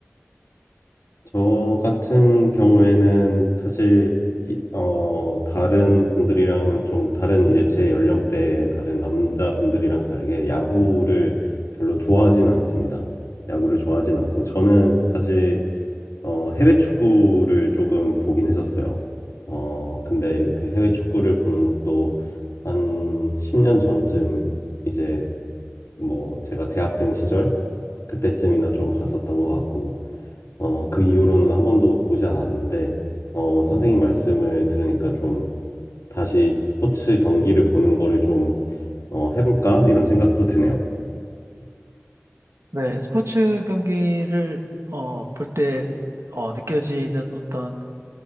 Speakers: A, on the left; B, on the right.
A: 저 같은 경우에는 사실 이- 어, 다른 분들이랑은 좀 다른 이제 제 연령대 다른 남자분들이랑 다르게 야구를 별로 좋아하진 않습니다. 야구를 좋아하진 않고 저는 사실 어, 해외 축구를 조금 보긴 했었어요. 어, 근데 그 해외 축구를 보는 것도 한 10년 전쯤 이제 뭐 제가 대학생 시절 그때쯤이나 좀 봤었던 것 같고, 어, 그 이후로는 한 번도 보지 않았는데, 어, 선생님 말씀을 들으니까 좀 다시 스포츠 경기를 보는 거를 좀 어, 해볼까? 이런 생각도 드네요.
B: 네, 스포츠 경기를 어, 볼 때 어, 느껴지는 어떤